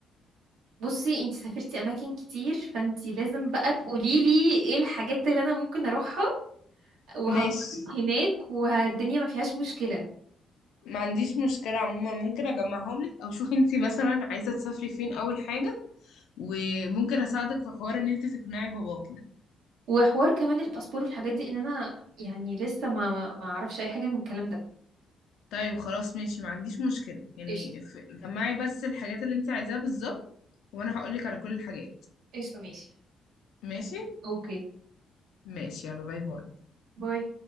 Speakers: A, on the right; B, on the left.
A: بصي انتي سافرتي اماكن كتير فانتي لازم بقى تقولي لي ايه الحاجات اللي انا ممكن اروحها وهنبسط
B: ماشي
A: هناك والدنيا ما فيهاش مشكلة
B: ما عنديش مشكلة عموما ممكن اجمعهم لك او شوفي انتي مثلا عايزة تسافري فين اول حاجة وممكن اساعدك في حوار ان انتي تقنعي باباكي ده
A: وحوار كمان الباسبور والحاجات دي ان انا يعني لسه ما ما ما اعرفش اي حاجة من الكلام ده
B: طيب خلاص ماشي ما عنديش مشكلة يعني
A: قشطة
B: ف- جمعي بس الحاجات اللي انتي عايزاها بالظبط وانا هقولك على كل الحاجات
A: قشطة ماشي
B: ماشي
A: اوكي
B: ماشي يلا باي باي
A: باي